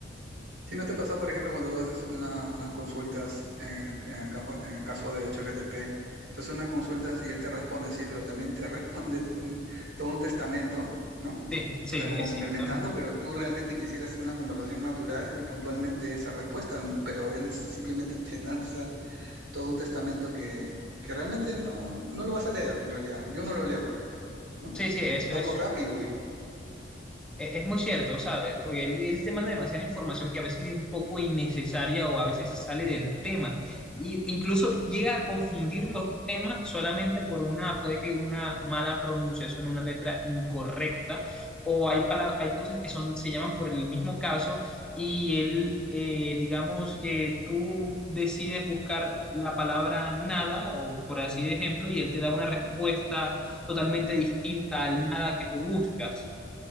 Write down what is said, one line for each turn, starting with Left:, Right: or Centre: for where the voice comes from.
Right: Si no te pasa, por ejemplo, cuando tú haces una- unas consultas en el, en el campo- en el caso de ChatGPT, entonces unas consultas y él te responde, sí, pero también te <laughs> responde tú un- todo un testamento, ¿no?
Centre: Sí, sí,
Right: O sea, como
Centre: es
Right: complementando,
Centre: cierto.
Right: pero tú realmente quisieras una conversación natural y puntualmente esa respuesta, ¿no? pero él simplemente te lanza todo un testamento que, que realmente no, no lo vas a leer en realidad. Yo no lo leo, por ejemplo, ¿no?
Centre: Sí, sí,
Right: Un-
Centre: eso
Right: algo
Centre: es
Right: rápido y
Centre: e- Es muy cierto, ¿sabes? Porque él, él te manda demasiada información que a veces es un poco innecesaria o a veces sale del tema. Y incluso llega a confundir los temas solamente por una, puede que una mala pronunciación, una letra incorrecta, o hay, pala- hay cosas que son, se llaman por el mismo caso y él, eh, digamos que tú decides buscar la palabra nada, o por así de ejemplo, y él te da una respuesta totalmente distinta al nada que tú buscas.